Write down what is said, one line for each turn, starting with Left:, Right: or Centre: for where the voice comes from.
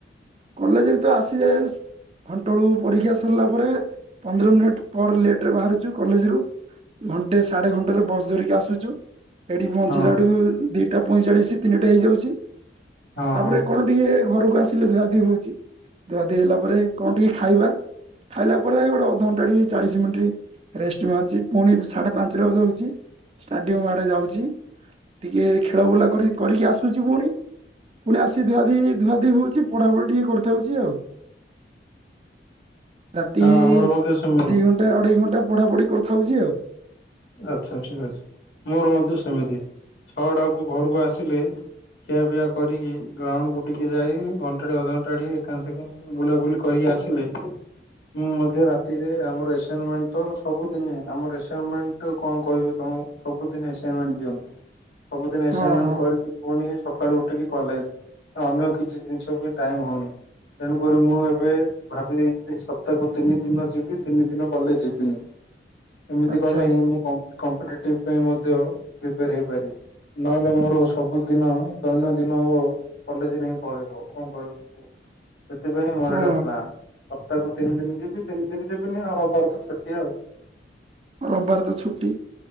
Right: କଲେଜେ ରୁ ତ ଆସିଯାଏସ୍ ଘଣ୍ଟେ ଏଳୁକୁ ପରୀକ୍ଷା ସରିଲା ପରେ ପନ୍ଦର ମିନିଟ୍ ପର୍ ଲେଟ୍ ରେ ବାହାରୁଚୁ କଲେଜ୍ ରୁ। ଘଣ୍ଟେ ସାଢେ ଘଣ୍ଟେ ରେ ବସ୍ ଧରିକି ଆସୁଚୁ ଏଠି ପହଞ୍ଚିଲା
Left: ହଁ
Right: ଠୁ ଦିଟା ପଇଁଚାଳିଶ ତିନିଟା ହେଇଯାଉଛି
Left: ହଁ
Right: ତାପରେ
Left: ହଁ
Right: କଣ ଟିକେ ଘରୁକୁ ଆସିଲେ ଧୁଆ ଧିହୁଛି ଧୁଆ ଧୁଇ ହେଲା ପରେ କଅଁ ଟିକେ ଖାଇବା ଖାଇଲା ପରେ ଗୋଟେ ଅଧଘଣ୍ଟା ଟି ଚାଳିଶି ମିନ୍ଟି ରେଷ୍ଟ ମାରୁଚି ପୁଣି ସାଢେ ପାଞ୍ଚ୍ ର ଯାଉଚି ଷ୍ଟାଡିୟମ୍ ଆଡେ ଯାଉଚି। ଟିକେ ଖେଳ ବୁଲା କରିକି କରିକି ଆସୁଛି ପୁଣି ପୁଣି ଆସିିକି ଧୂଆ ଧୁଇ ଧୂଆ ଧୁଇ ହୋଉଛି। ପଢାପଢି ଟିକେ କରିଥାଉଛି ଆଉ। ରାତି
Left: ଆଉ ଆମର ମଧ୍ୟ ସେମିତି
Right: ଦି ଘଣ୍ଟା ଅଢେଇ ଘଣ୍ଟା ପଢାପଢି କରିଥାଉଚି ଆଉ।
Left: ଆଚ୍ଛା ଆଚ୍ଛା ଆଚ୍ଛା ମୋର ମଧ୍ୟ ସେମିତି ଛଅ ଟାକୁ ଘରୁକୁ ଆସିଲେ ଖିଆ ପିଆ କରିକି ଗ୍ରାଉଣ୍ଡକୁୁ ଟିକେ ଯାଇ ଘଣ୍ଟା ଟେ ଅଧ ଘଣ୍ଟାଟି ଏକାମ ସେକିଙ୍ଗ ବୁଲାବୁଲି କରିକି ଆସିଲେ ମୁଁ ମଧ୍ୟ ରାତିରେ ଆମର ଏସେନ୍ମେଣ୍ଟ ତ ସବୁଦିନେ ଆମର ଏସେନ୍ମେଣ୍ଟ ଟୁ କଅଁ କହିବି ତମକୁ ସବୁଦିନେ ଏସାଇମେଣ୍ଟ ଦିଅନ୍ତି ସବୁଦିନେ ଏସାଇମେଣ୍ଟ
Right: ହଁ ହଁ
Left: କରିକି ପୁଣି ସକାଳୁ ଉଠିକି କଲେଜ୍ ତ ଅନ୍ୟ କିଛି ଜିନିଷ ବି ଟାଇମ୍ ହୋଉନି। ତେଣୁକରି ମୁଁ ଏବେ ଭାବି ଦେଇଚି ଯେ ସପ୍ତାକୁ ତିନି ଦିନ ଯିବି ତିନି ଦିନ କଲେଜ୍ ଯିବିନି। ଏମିତି
Right: ଆଚ୍ଛା
Left: କଲେ ହିଁ ମୁଁ କମ୍ପ କମ୍ପିଟେଟିଭ୍ ପାଇଁ ମଧ୍ୟ ପ୍ରିପେୟାର ହେଇପାରି ନହେଲେ ମୋର ସବୁଦିନ ଦୈନନ୍ଦିନ ମୋ କଲେଜ୍ ନେଇକି ପଳେଇବ କଅଁ କଇବ। ସେଥିପାଇଁ ମୋର
Right: ହଁ
Left: ଏଟା ପ୍ଲାନ୍ କ ସପ୍ତା କୁ ତିନି ଦିନି ଯିବି ତିନି ଦିନ ଯିବିନି ଆଉ ରବବାର୍ ତ ଛୁଟି ଆଉ।
Right: ରବବାର୍ ତ ଛୁଟି।